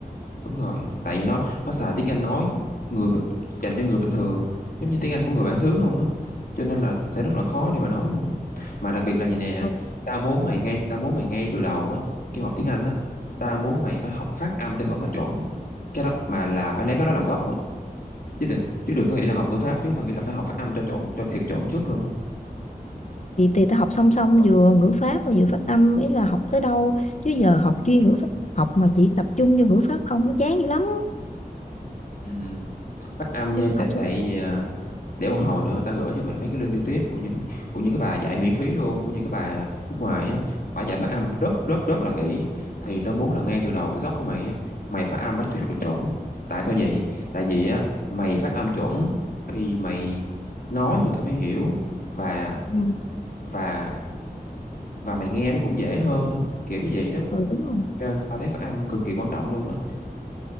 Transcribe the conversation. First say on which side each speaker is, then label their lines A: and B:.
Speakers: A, on the left; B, on the left.
A: đúng rồi tại vì nó nó xài tiếng Anh nói người bình- dành cho người bình thường mà giống như tiếng Anh của người bản xứ luôn á cho nên là sẽ rất là khó để mà nói luôn á mà đặc biệt là như nè
B: ừ.
A: tao muốn mày ngay tao muốn mày ngay từ đầu á khi mà học tiếng Anh á tao muốn mày phải học phát âm cho thật là chuẩn cái đó mà là phải lấy cái đó làm gốc á chứ đừng chứ đừng có nghĩ là học ngữ pháp trước tao nghĩ là phải học phát âm cho chuẩn cho thiệt chuẩn trước luôn á
B: thì thì ta học song song vừa ngữ pháp mà vừa phát âm ý là học tới đâu chứ giờ học chuyên ngữ pháp học mà chỉ tập trung vô ngữ pháp không nó chán dữ lắm
A: ừ, phát âm nha
B: Nên là
A: tại
B: học
A: tại
B: song
A: à, để một hồi nữa tao gửi cho mày mấy cái link YouTube của những của những cái bà dạy miễn phí luôn của những cái bà nước ngoài á bà dạy phát âm rất rất rất là kỹ thì tao muốn là ngay từ đầu cái gốc của mày á mày phát âm phải thật là chuẩn tại sao vậy tại vì á mày phát âm chuẩn thì mày nói người ta mới hiểu và
B: ừ,
A: và và mày nghe nó cũng dễ hơn nữa kiểu như vậy đó
B: ừ đúng rồi
A: cho nên tao thấy phát âm cực kỳ quan trọng luôn á